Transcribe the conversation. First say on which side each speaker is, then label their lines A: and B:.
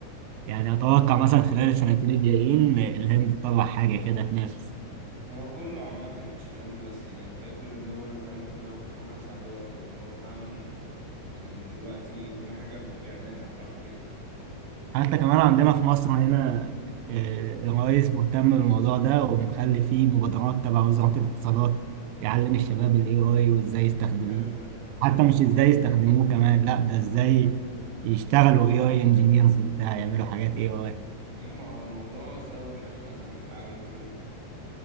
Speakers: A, on the right; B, on the right.
A: يعني أتوقع مثلا خلال السنتين الجايين الهند تطلع حاجة كده تنافس
B: هو كله عامة مش الهند بس يعني تلاقي كل الدول بتعمل كده وبتفوكس عليه أوي لأن هو فعلا يعني دلوقتي كل حاجة بيعملها حرفيا
A: حتى كمان عندنا في مصر هنا آه، الرئيس مهتم بالموضوع ده ومخلي فيه مبادرات تبع وزارة الاتصالات يعلم الشباب ال AI وإزاي
B: امم
A: يستخدموه
B: حلو ده
A: حتى مش إزاي يستخدموه كمان لا ده إزاي يشتغلوا AI engineers وبتاع يعملوا حاجات AI
B: هم هو الموضوع ثوري عامة في العالم كله